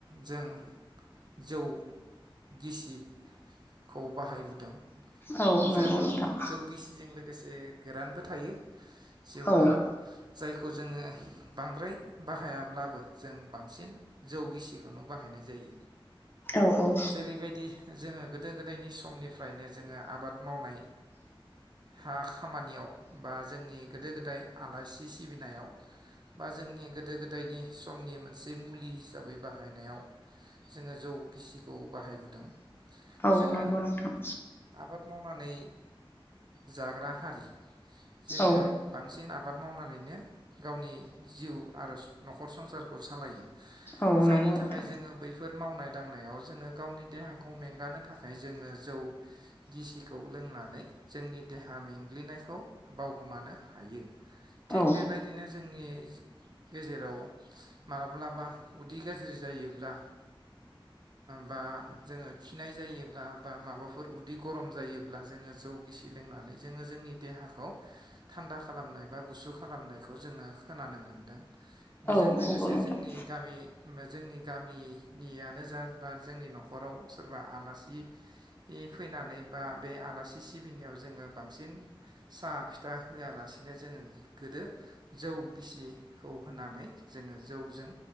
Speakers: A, on the right (about 50°); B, on the left (about 25°).
A: जों जौ गिसि खौ बाहायबोदों।
B: औ
A: जों
B: नंगौ नोंथां
A: जौ गिसिजों लोगोसे गोरानबो थायो। जौ
B: औ
A: गोरान जायखौ जोङो बांद्राय बाहाया ब्लाबो जों बांसिन जौ गिसिखौनो बाहायनाय जायो
B: औ औ
A: जेरैबायदि जोङो गोदो गोदायनि समनिफ्रायनो जोङो आबाद मावनाय हा खामानियाव बा जोंनि गोदो गोदाय आलासि सिबिनायाव बा जोंनि गोदो गोदायनि समनि मोनसे मुलि हिसाबै बाहायनायाव जोङो जौ गिसिखौ बाहायबोदों।
B: औ
A: जोङो
B: नंगौ नोंथां।
A: आबाद मावनानै जाग्रा हारि जोङो
B: औ
A: बांसिन आब बाद मावनानैनो गावनि जिउ आरो स न'खर संसार खौ सालायो।
B: औ
A: जायनि
B: नंगौ
A: थाखाय
B: नोंथां
A: जोङो बैफोर मावनाय दांनायाव जोङो गावनि देहाखौ मेंगानो थाखाय जोङो जौ गिसिखौ लोंनानै जोंनि देहा मेंग्लिनायखौ बावगोमानो हायो। थिग
B: औ
A: बेबायदिनो जोंनि गेजेराव माब्लाबा उदै गाज्रि जायोब्ला बा जोङो खिनाय जायोब्ला बा माबाफोर उदै गरम जायोब्ला जोङो जौ गिसि लोंनानै जोङो जोंनि देहाखौ थान्दा खालामनाय एबा गुसु खालामनायखौ जोङो खोनानो मोनदों। बेजों
B: औ
A: लोगोसे
B: नंगौ नोंथां
A: जोंनि गामि जोंनि गामिनियानो जा बा जोंनि नखराव सोरबा आलासि फैनानै बा बे आलासि सिबिनायाव जोङो बांसिन साहा फिथा होआलासिनो जोङो गोदो जौ गिसिखौ होनानै जोङो जौजों